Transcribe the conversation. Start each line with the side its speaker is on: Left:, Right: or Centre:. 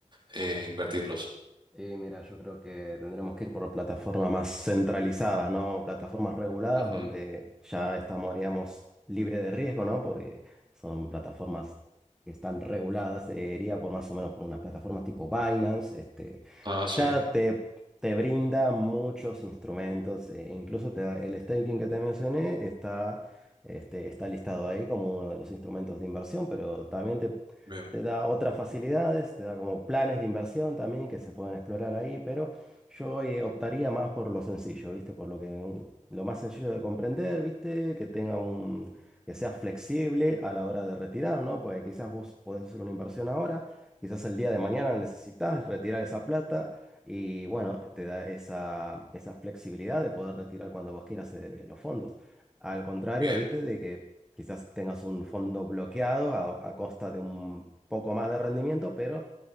Right: eh, invertirlos?
Centre: Y mira, yo creo que tendremos que ir por plataformas más centralizadas, ¿no? Plataformas reguladas
Right: Ujú.
Centre: donde ya estamos, haríamos libre de riesgo, ¿no? Porque son plataformas que están reguladas, eh, iría por más o menos por unas plataformas tipo Binance, este,
Right: Ah,
Centre: que
Right: sí,
Centre: ya te, te brinda muchos instrumentos, eh, incluso te da- el staking que te mencioné está, este, está listado ahí como uno de los instrumentos de inversión, pero también
Right: bien,
Centre: te da otras facilidades, te da como planes de inversión también que se pueden explorar ahí, pero yo eh, optaría más por lo sencillo, ¿viste? Por lo que un- lo más sencillo de comprender, ¿viste? Que tenga un que sea flexible a la hora de retirar, ¿no? Porque quizás vos podés hacer una inversión ahora, quizás el día de mañana necesitas retirar esa plata y bueno, te da esa, esa flexibilidad de poder retirar cuando vos quieras eh, los fondos. Al contrario,
Right: bien.
Centre: ¿viste? De que Quizás tengas un fondo bloqueado a, a costa de un poco más de rendimiento, pero